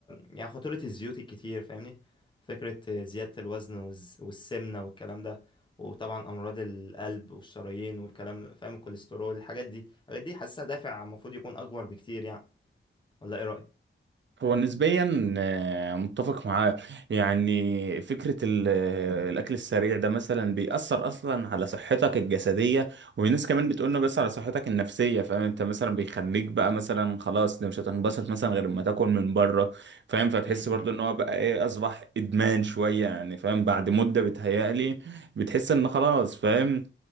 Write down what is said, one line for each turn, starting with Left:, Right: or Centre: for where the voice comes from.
Left: يعني خطورة الزيوت الكتير فاهمني فكرة زيادة الوزن والز- والسمنة والكلام ده وطبعا امراض القلب والشرايين والكلام فاهم الكوليسترول الحاجات دي الحاجات دي حاسسها دافع المفروض يكون اكبر بكتير يعني ولا ايه رأيك
Right: هو نسبيا آه، متفق معاه يعني فكرة ال- آه، الأكل السريع ده مثلا بيأثر أصلا على صحتك الجسدية والناس كمان بتقولنا بس على صحتك النفسية فاهم انت مثلا بيخليك بقى مثلا خلاص ده مش هتنبسط مثلا غير ما تاكل من بره فاهم فتحس
Left: م- م-
Right: برضو ان هو بقى ايه أصبح إدمان شوية يعني فاهم بعد مدة بتهيألي بتحس ان خلاص فاهم